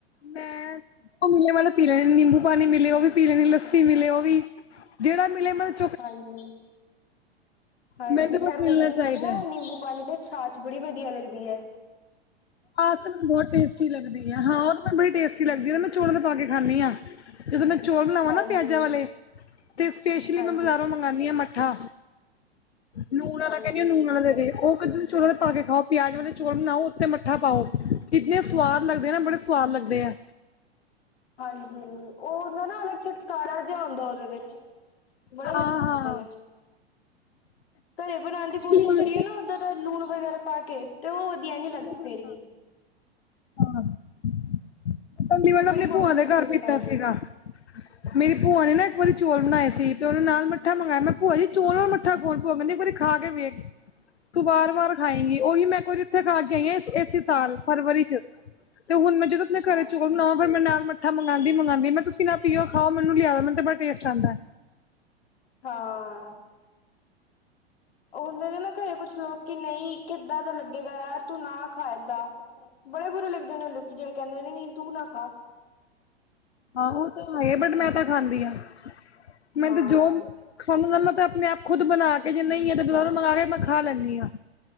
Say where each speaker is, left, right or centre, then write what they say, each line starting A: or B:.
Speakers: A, on the left; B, on the left.
A: ਮੈਂ ਉਹ <unintelligible> ਨਿੰਬੂ- ਪਾਣੀ ਮਿਲੇ ਉਹ ਵੀ ਪੀ ਲੈਣੀ ਲੱਸੀ ਮਿਲੇ ਉਹ ਵੀ ਜਿਹੜਾ ਮਿਲੇ ਮਤਲਬ
B: ਹਾਂਜੀ ਹਾਂਜੀ,
A: ਮੈਨੂੰ ਤਾਂ
B: ਖੈਰ
A: ਬਸ ਮਿਲਣਾ
B: ਗਰਮੀ ਚ
A: ਚਾਹੀਦਾ
B: ਨਾ
A: ਹੈ
B: ਨਿੰਬੂ ਪਾਣੀ ਤਾਂ ਛਾ ਚ ਬੜੀ ਵਧੀਆ ਲੱਗਦੀ ਐ।
A: ਆਹ ਤੇ ਮੈਨੂੰ ਬਹੁਤ ਟਸਟੀ ਲੱਗਦੀ ਹੈ, ਹਾਂ ਉਹ ਮੈੂੰ ਬੜੀ ਟੇਸਟੀ ਲੱਗਦੀ ਮੈਂ ਚੋਲਾਂ ਚ ਪਾ ਕੇ ਖਾਂਦੀ ਹਾਂ। ਜਦੋਂ ਮੈਂ ਚੋਲ ਬਣਾਵਾਂ
B: ਹਾਂਜੀ
A: ਨਾ ਪਿਆਜਾਂ ਵਾਲੇ ਤੇ ਸਪੇਸ਼ਲੀ
B: ਹਾਂਜੀ
A: ਮੈਂ ਮੰਗਵਾਉਂਦੀ ਹਾਂ ਮੱਠਾ ਨੂਨ ਵਾਲਾ
B: ਹਾਂਜੀ
A: ਕਹਿੰਦੀ ਆਂ ਨੂਨ ਵਾਲਾ ਦੇ ਦੇ ਉਹ ਕ ਚੂਰਨ ਪਾ ਕੇ ਖਾਓ ਪਿਆਜ ਵਾਲੇ ਚੋਲ ਬਣਾਓ ਉੱਤੇ ਮੱਠਾ ਪਾਓ ਇੰਨੇ ਸਵਾਦ ਲਗਦੇ ਨਾ ਬੜੇ ਸਆਦ ਲਗਦੇ ਆ।
B: ਹਾਂਜੀ ਉਹਦਾ ਨਾ ਅ <unintelligible> ਜਿਹਾ ਹੁੰਦਾ ਉਹਦੇ ਵਿੱਚ। ਬੜੇ
A: ਹਾਂ ਹਾਂ
B: ਬਦੇ ਨੇ। ਘਰੇ ਬਣਾਉਣ ਦੀ ਕੋਸ਼ਿਸ਼
A: ਪਹਿਲੀ ਵਾਰ
B: ਕਰੀਏ ਨਾ ਓਦਾਂ ਦਾ ਲੂਣ ਵਗੈਰਾ ਪਾ ਕੇ ਤੇ ਉਹ ਵਧੀਆ ਨੀ ਲੱਗਦਾ
A: ਨਹੀਂ ਬਣ
B: ਫੇਰ ਵੀ
A: ਹਾਂ <unintelligible> <inaudible> ਵੱਲ
B: ਅਸੀਂ ਬੜੀ
A: ਆਪਣੀ ਭੂਆ
B: ਕੋਸ਼ਿਸ਼
A: ਦੇ
B: ਕੀਤੀ
A: ਘਰ
B: ਹੈ
A: ਪੀਤਾ
B: ਬਣਾਉਣ ਦੀ
A: ਸੀਗਾ। ਮੇਰੀ ਭੂਆ ਨੇ ਨਾ ਇੱਕ ਵਾਰੀ ਚੌਲ ਬਣਾਏ ਸੀ ਤੇ ਉਹਨੇ ਨਾਲ ਮੱਠਾ ਮੰਗਾਇਆ। ਮੈਂ ਭੂਆ ਜੀ ਚੋਲ ਵ ਮੱਠਾ ਕੌਣ ਭੂਆ ਕਹਿੰਦੀ ਖਾ ਕੇ ਵੇਖ, ਤੂੰ ਵਾਰ ਵਾਰ ਖਾਏਂਗੀ ਉਹੀ ਮੈਂ ਕੋ ਵ ਉਥੇ ਖ ਕੇ ਆਈ ਹਾਂ ਇਸੇ ਸਾਲ ਫਰਵਰੀ ਚ ਤੇ ਹੁਣ ਮੈਂ ਜਦੋਂ
B: ਅੱਛਾ
A: ਆਪਣੇ ਘਰੇ ਚੋਲ ਬਣਾਵਾਂ ਫਿਰ ਮੈਂ ਨਾਲ ਥ ਮੰਉਦੀ ਮੰਗਉਂਦੀ ਮ ਤੁਸੀਂ ਨਾ ਪੀਓ ਖਾ ਮੈਨੂੰ ਲਿਆ ਮੈਨੂੰ ਬੜਾ ਟਸਟ ਆਉਦਾ।
B: ਹਾਂ। ਉਹ ਹੁੰਦੇ ਨੇ ਨਾ ਘਰੇ ਕੁਛ ਲੋਕ ਕਿ ਨਹੀਂ ਕਿੱਦਾਂ ਦਾ ਲੱਗੇਗਾ ਯਾਰ ਤੂੰ ਨਾ ਖਾਂ ਏਦਾ। ਬੜੇ ਬੁਰੇ ਲੱਗਦੇ ਉਹ ਲੋਕੀ ਜਿਹੜੇ ਕਹਿੰਦੇ ਨੇ ਨਾਂ ਤੂੰ ਨਾ ਖਾ।
A: ਹਾਂ ਉਹ ਤਾਂ ਹੈ ਬਟ ਮੈਂ ਤਾਂ ਖਾਂਦੀ ਹਾਂ ਮੈਂ
B: ਹਾਂ
A: ਤੇ ਜੋ ਖਾਂ <inaudible> ਮੈਂ ਤਾਂ ਆਪਣੇ ਆਪ ਖੁਦ ਬਣਾ ਕੇ ਜੇ ਨਹੀਂਏ ਤੇ ਬ ਮੰਗਾ ਕੇ ਮੈਂ ਖਾ ਲੈਂਦੀ ਹਾਂ।